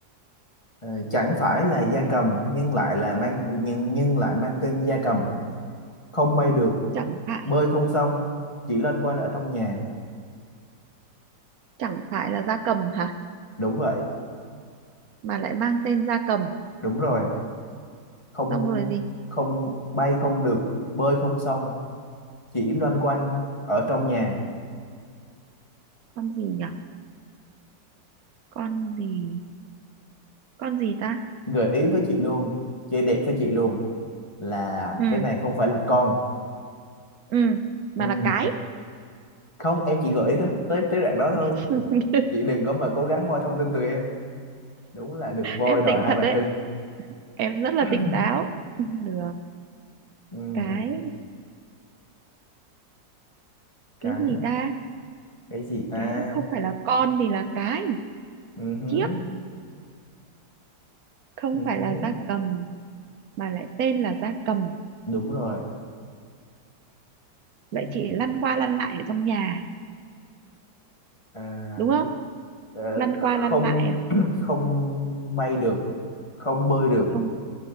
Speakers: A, on the left; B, on the right.
A: ờ, chẳng phải là gia cầm nhưng lại là mang nhưng nhưng lại mang tên gia cầm không bay được
B: chẳng phải
A: bơi không xong chỉ loanh quanh ở trong nhà
B: chẳng phải là gia cầm hả
A: đúng vậy
B: mà lại mang tên gia cầm
A: đúng rồi không
B: xong rồi gì
A: không bay không được bơi không xong chỉ loanh quanh ở trong nhà
B: con gì nhở con gì con gì ta
A: gợi ý với chị luôn chị đẹp với chị luôn là
B: ừ
A: cái này không phải là con
B: ừ mà
A: ừ.
B: là cái
A: không em chỉ gợi ý tới tới tới đoạn đó thôi
B: <laughs>
A: chị đừng có mà cố gắng moi thông tin từ em đúng là được voi
B: em
A: đòi
B: tỉnh
A: hai
B: thật
A: bà
B: đấy
A: trưng
B: em rất là
A: <clears throat>
B: tỉnh táo được
A: ừ.
B: cái cái
A: cái
B: gì ta
A: cái gì ta
B: cái không phải là con thì là cái
A: ừ. hứ,
B: chiếc không
A: ừ. hứ.
B: phải là gia cầm mà lại tên là gia cầm
A: đúng rồi ừ.
B: vậy chị lăn qua lăn lại ở trong nhà
A: à,
B: đúng không
A: ờ,
B: lăn
A: không
B: qua lăn lại à
A: <clears throat> không bay được không bơi được
B: không